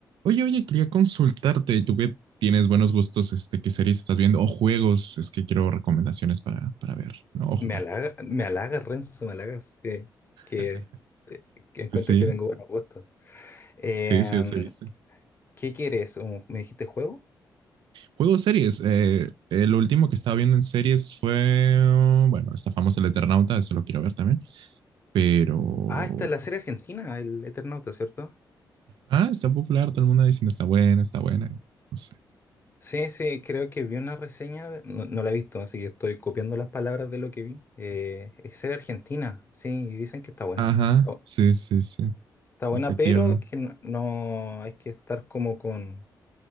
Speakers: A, on the right (about 85°); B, on the left (about 30°).
A: Oye, oye, quería consultarte, tú que tienes buenos gustos, este, ¿qué series estás viendo? O juegos, es que quiero recomendaciones para, para ver, ¿no? O jugar.
B: Me halaga, me halagas, Renzo, me halagas que, que,
A: <laughs>
B: eh, que encuentro
A: Pues sí,
B: que tengo buen gusto. Eh,
A: sí, sí, se viste.
B: ¿qué quieres? ¿Un- ¿Me dijiste juego?
A: Juegos, series. Eh, eh, lo último que estaba viendo en series fue, oh, bueno, está famoso El Eternauta, eso lo quiero ver también, pero...
B: Ah, esta es la serie argentina, el Eternauta, ¿cierto?
A: Ah, está popular, todo el mundo diciendo está buena, está buena, no sé.
B: Sí, sí, creo que vi una reseña, de- no, no la he visto, así que estoy copiando las palabras de lo que vi. Eh, es serie argentina, sí, y dicen que está buena.
A: Ajá,
B: Oh,
A: sí, sí, sí,
B: está buena,
A: efectivamente.
B: pero que no, no- hay que estar como con,